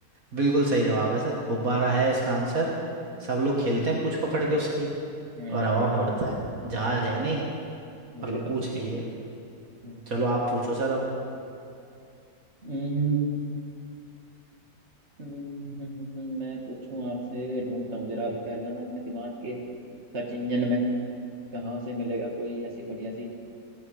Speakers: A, on the right; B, on the right.
A: बिल्कुल सही जवाब है सर गुब्बारा है इसका आंसर सब लोग खेलते हैं पूंछ पकड़ के उसकी
B: हम्म
A: और हवा में उड़ता है जहाज है नहीं और
B: बिल्कुल
A: पूछ
B: बिल्कुल
A: है ही
B: बिल्कुल।
A: है
B: हम्म,
A: चलो आप पूछो सर अब
B: हम्म, हम्म, हम्म, हम्म, मैं पूछूं आपसे ढूंढता हूँ जरा अभी पहला ना अपने दिमाग के सर्च इंजन में कहाँ से मिलेगा कोई ऐसी बढ़िया सी